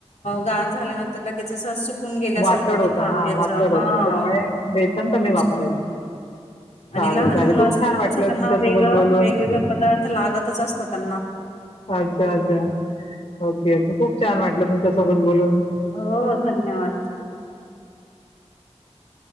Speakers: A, on the left; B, on the left.
A: गार झाल्यानंतर लगेच खण गेल्यासारखं
B: वातड
A: होत
B: होतं हां,
A: याच
B: वातड
A: हा
B: होतं. त्यामुळे बेसन कमी
A: त्या
B: वापरायचं.
A: आणि
B: चालेल,
A: लहान
B: चालेल.
A: मुलं
B: खूप
A: असं
B: छान
A: की
B: वाटलं
A: कसं त्यांना
B: तुमच्यासोबत
A: वेगळं
B: बोलून.
A: वेगवेगळे पदार्थ लागतच असतात त्यांना
B: अच्छा अच्छा ओके ओके खूप छान वाटलं तुमच्यासोबत बोल
A: हो धन्यवाद
B: <inaudible>